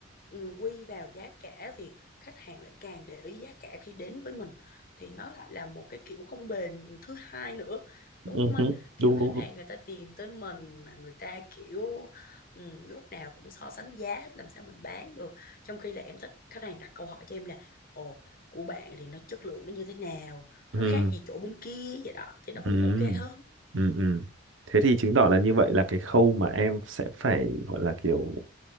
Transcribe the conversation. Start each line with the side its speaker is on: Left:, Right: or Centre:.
Left: ừ, quy vào giá cả thì khách hàng lại càng để ý giá cả khi đến với mình. Thì nó lại là một cái kiểu không bền thứ hai nữa. Đúng
Right: ừ
Left: không anh?
Right: hứ.
Left: Kiểu
Right: đúng
Left: khách
Right: đúng đúng
Left: hàng người ta tìm tới mình mà người ta kiểu Ừ, lúc nào cũng so sánh giá hết làm sao mình bán được trong khi là em thích khách hàng đặt câu hỏi cho em là ồ của bạn thì nó chất lượng nó như thế nào
Right: ừ
Left: nó khác gì chỗ bên kia vậy đó thì nó vẫn
Right: Ừ,
Left: ok hơn
Right: ừ, ừ. Thế thì chứng tỏ là như vậy là cái khâu mà em sẽ phải gọi là kiểu